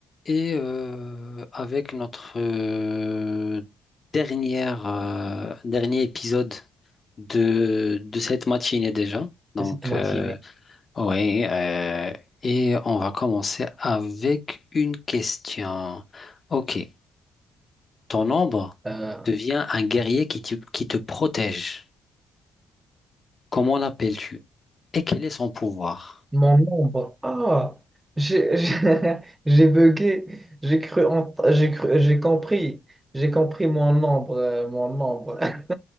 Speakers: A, on the left (about 40°); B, on the right (about 25°).
A: Et euh, avec notre euh, dernière, euh, dernier épisode de, de cette matinée déjà. Donc,
B: de cette matinée.
A: euh, oui, euh, et on va commencer avec une question. Ok, ton ombre
B: Euh,
A: devient un guerrier qui te, qui te protège. Comment l'appelles-tu? Et quel est son pouvoir?
B: mon ombre. Ah, j'ai j'ai <laughs> j'ai bugué. J'ai cru, ent- j'ai cru, j'ai compris. J'ai compris mon ombre, euh, mon ombre. <laughs>